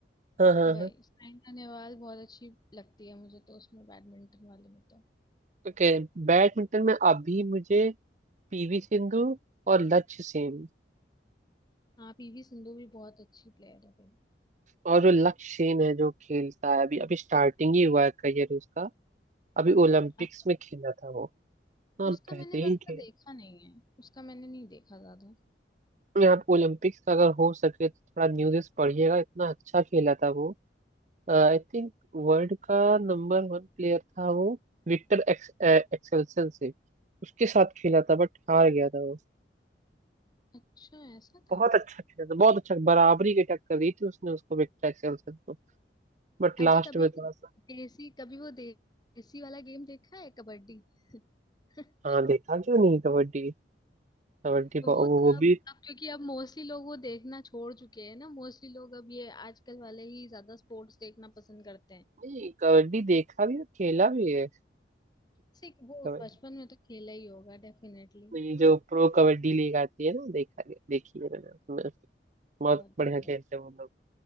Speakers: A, on the right; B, on the left.
A: हाँ हाँ
B: वही
A: हाँ
B: साइना नेहवाल बहुत अच्छी लगती है मुझे तो उसमें बैडमिंटन वाले में तो
A: ओके बैडमिंटन में अभी मुझे पीवी सिंधु और लक्ष्य सेन
B: हाँ पीवी सिंधु भी बहुत अच्छी प्लेयर है भाई
A: और जो लक्ष्य सेन है जो खेलता है अभी अभी स्टार्टिंग ही हुआ है करियर उसका अभी ओलंपिक्स
B: अच्छा
A: में खेला था वो हाँ
B: उसका
A: बेहतरीन
B: मैंने ज्यादा
A: खेल
B: देखा नहीं है उसका मैंने नहीं देखा ज्यादा
A: आप ओलंपिक्स का अगर हो सके तो थोड़ा न्यूज़ पढ़िएगा इतना अच्छा खेला था वो आई थिंक वर्ल्ड का नंबर वन प्लेयर था वो विक्टर एक्स, ए- एक्सेल्सन से उसके साथ खेला था बट हार गया था वो
B: अच्छा ऐसा था
A: बहुत अच्छा खेला था बहुत अच्छा बराबरी की टक्कर दी थी उसने उसको विक्टर एक्सेल्सन को बट
B: अच्छा
A: लास्ट
B: कभी
A: में
B: वो
A: थोड़ा
B: देसी कभी वो देसी वाला गेम देखा है कबड्डी <laughs>
A: हाँ देखा क्यों नहीं कबड्डी कबड्डी बहु-
B: तो वो तो
A: वो वो
B: अब
A: भी
B: अब क्योंकि अब मोस्टली लोग वो देखना छोड़ चुके हैं ना मोस्टली लोग अब ये आजकल वाले ही ज्यादा स्पोर्ट्स देखना पसंद करते हैं
A: नहीं कबड्डी देखा भी और खेला भी है
B: जैसे कि वो
A: कबड्डी
B: बचपन में तो खेला ही होगा डेफिनेटली
A: ये जो प्रो कबड्डी लीग आती है ना देखा गया देखी है मैंने उसमें बहुत
B: बहुत
A: बढ़िया
B: बढ़िया
A: खेलते हैं वो लोग